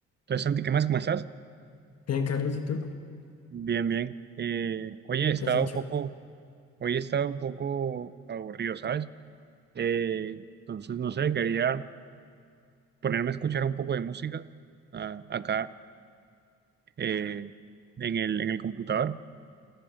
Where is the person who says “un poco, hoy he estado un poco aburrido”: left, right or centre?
Right